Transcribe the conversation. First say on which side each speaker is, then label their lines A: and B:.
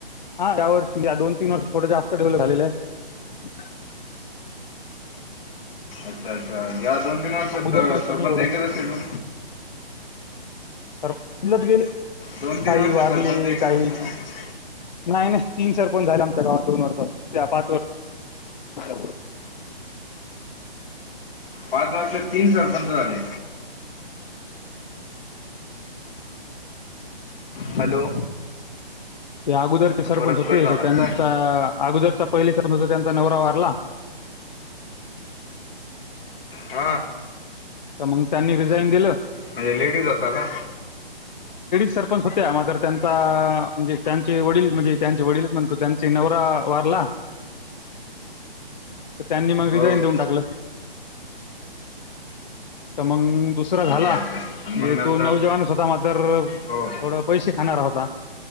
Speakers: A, on the left; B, on the left.
A: हा त्या वर्ष या दोन तीन वर्ष थोडं जास्त डेवलप झालेलं आहे
B: अच्छा अच्छा या दोन तीन वर्षत
A: अगोदर नव्हतं
B: सरपंच
A: ना एवढं
B: एकच असतील ना
A: तर बलच गेले
B: दोन
A: काही
B: तीन वर्षात
A: वारले
B: सरपंच एकच
A: काही
B: असेल ना
A: नाही नाही तीन सरपण झाले आमच्या गावावर दोन वर्ष त्या पाच व
B: पाच वर्ष तीन सरपंच झाले हॅलो
A: ते अगोदरचे
B: तर
A: सरपंच
B: परत
A: होते
B: कट झाला
A: त्यांचा
B: काय
A: अगोदरचा पहिले सरपंच होता त्यांचा नवरा व अगला
B: हा
A: तर मग त्यांनी रिझाईन दिलं
B: म्हणजे लेडीज होता का
A: सरपंच होत म त्यां म्हण त्यांचे वडील म्हणजे त्यांचे वडीलच म्हणतो त्यां न त्यांनी मग रिझाईन
B: हो
A: देऊन टाकलं तर मग दुसरा झाला
B: असं
A: म्हणजे
B: असं आणि मग नंतर
A: तू नवजवानच होता म तर थोड
B: हो
A: पैसे खाणार होता